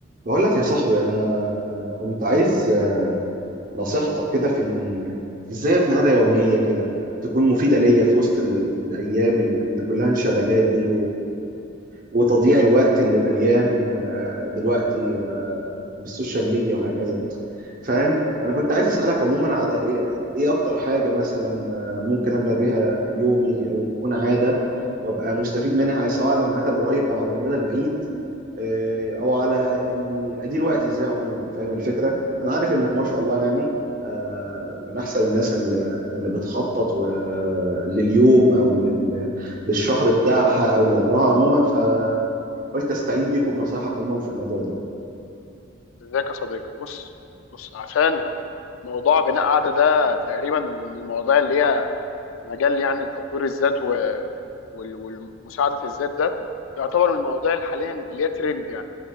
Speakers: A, on the right; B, on the left.
A: بقول لك يا صاحبي انا كنت عايز نصيحتك كده في اني ازاي ابني عاده يوميه كده تكون مفيده ليا في وسط ال- الايام ال- اللي كلها انشغالات دي وتضييع الوقت اللي مليان آه، دلوقتي آه، بالسوشيال ميديا وهكذا فاهم فانا كنت عايز اسالك عموما على ايه ايه اكتر حاجه مثلا آه، ممكن ابلى بيها يومي او تكون عاده وابقى مستفيد منها سواء على المدى القريب او على المدى البعيد آه، او على اني ادير وقتي ازاي عموما فاهم الفكره انا عارف انك ما شاء الله يعني آه، من احسن الناس اللي اللي بتخطط و- لليوم او لل- للشهر بتاعها او لعمرها عموما ف قلت استعين بيكم بنصايحك عموما في الموضوع ده
B: ازيك يا صديقي بص بص عشان موضوع بناء عادة ده تقريبا من المواضيع اللي هي في مجال يعني تطوير الذات و... وال... ومساعدة الذات ده يعتبر من المواضيع اللي حاليا اللي هي ترند يعني